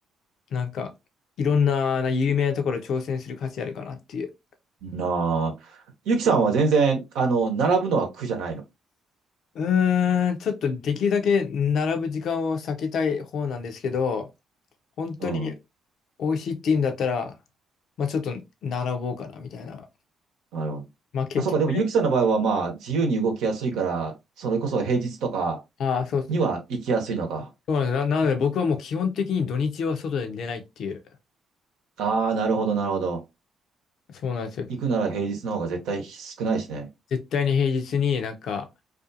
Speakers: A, on the left (about 70°); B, on the right (about 75°).
A: なんかいろんな、な有名なところ挑戦する価値あるかなっていう。
B: なあ。ゆきさんは全然、あの、並ぶのは苦じゃないの。
A: うーん、ちょっとできるだけ並ぶ時間を避けたい方なんですけど、本当に
B: うん。
A: 美味しいって言うんだったら、まあちょっと並ぼうかなみたいな。
B: なるほど。
A: まあ結局ね。
B: あ、そうか。でもゆきさんの場合はまあ、自由に動きやすいから、それこそ平日とか
A: ああ、そうですね。
B: には行きやすいのか。
A: そうなんです。な、なので僕はもう基本的に土日は外に出ないっていう。
B: ああ、なるほど、なるほど。
A: そうなんですよ。
B: 行くなら平日の方が絶対少ないしね。
A: 絶対に平日になんか、